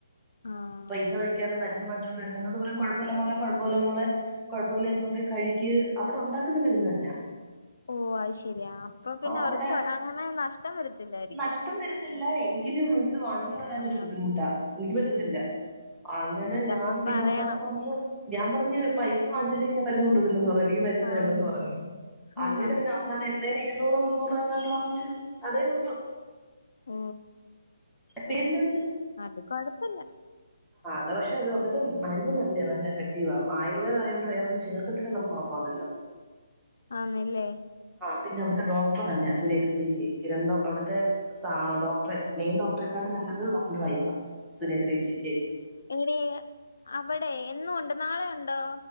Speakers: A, on the left; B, in the centre.
A: ആഹ്
B: പൈസ വാങ്ങിക്കാതെ മരു വാങ്ങിഞ്ചോണ്ട് വരുന്നു എന്നോട് പറയാ കുഴപ്പമില്ല മോള കുഴപ്പമില്ല മോളെ കുഴപ്പമില്ല ഇതുകൊണ്ട് കഴിക്ക് അവിടെ ഉണ്ടാക്കുന്ന മരുന്നാ അതന്നെ
A: ഓ അത് ശരിയാ അപ്പൊ പിന്നെ അവർക്ക്
B: അവിടെ
A: അങ്ങനെ നഷ്ടം വരത്തില്ലായിരിക്കും
B: നഷ്ടം വരത്തില്ല എങ്കിലും എനിക്കത് വാങ്ങിച്ചൊണ്ട് വരാൻൊരു
A: ആഹ്
B: ബുദ്ധിമുട്ടാ എനിക്ക് പറ്റത്തില്ല അങ്ങനെ
A: അതപ്പൊ
B: ഞാൻ പിന്നെ
A: പറയണം
B: അവസാനം പറഞ്ഞ് ഞാൻ പറഞ്ഞ് പൈസ വാങ്ങിച്ചില്ലെങ്കിൽ ഞാൻ മരുന്നുകൊണ്ടു പോകത്തില്ല വേണ്ടന്ന് പറഞ്ഞ് എനിക്ക് മരുന്ന്
A: ആഹ്
B: വേണ്ടന്ന് പറഞ്ഞ് അങ്ങനെ
A: ആഹ്
B: പിന്നെ അവസാനം എ ഇരുന്നൂറോ മുന്നൂറ് രൂപങ്ങാണ്ട് വാങ്ങിച്ചു അതേ ഉള്ളു
A: ഓ
B: പിന്നെ
A: അത് കൊഴപ്പല്ല.
B: അത പക്ഷെ അത് അവിടുത്തെ മരുന്ന് നല്ലയാ നല്ല എഫക്റ്റീവാ ആയുർവേദായത്കൊണ്ട് വേറൊന്നും ചേർക്കത്തിലാന്ന് നമുക്കൊറപ്പാന്നല്ലോ.
A: ആന്നലെ.
B: പിന്നെ അവിടുത്തെ ഡോക്ടർനലയ സുനേത്രിചേച്ചിയേ കിരൺടൊ അവിടുത്തെ സാ ഡോക്ടറെ മെയിൻ ഡോക്ടറെക്കാ ലും നല്ലത് ഡോക്ടറന്റെ വൈഫ സുനേത്രേചി.
A: എവിടെ അവിടെ എന്നും ഉണ്ട് നാളെ ഉണ്ടോ.